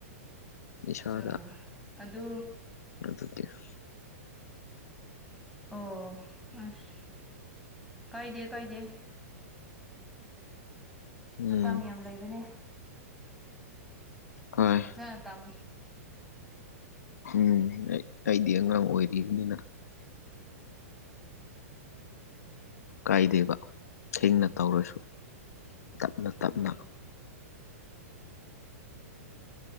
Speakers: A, on the left; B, in the centre.
A: ꯏꯁꯥꯗ
B: ꯆꯥ ꯑꯗꯨ
A: <inaudible>
B: ꯑꯣ ꯑꯁ ꯀꯥꯏꯗꯦ ꯀꯥꯏꯗꯦ
A: ꯎꯝ
B: ꯃꯇꯥꯝ ꯌꯥꯝ ꯂꯩꯕꯅꯦ
A: ꯍꯣꯏ
B: ꯐꯖꯅ ꯇꯝꯃꯨ
A: ꯎꯝ ꯑꯩ ꯑꯩꯗꯤ ꯑꯉꯥꯡ ꯑꯣꯏꯔꯤꯕꯅꯤꯅ ꯀꯥꯏꯗꯦꯕ ꯊꯦꯡꯅ ꯇꯧꯔꯁꯨ ꯇꯞꯅ ꯇꯞꯅ
B: ꯎꯝ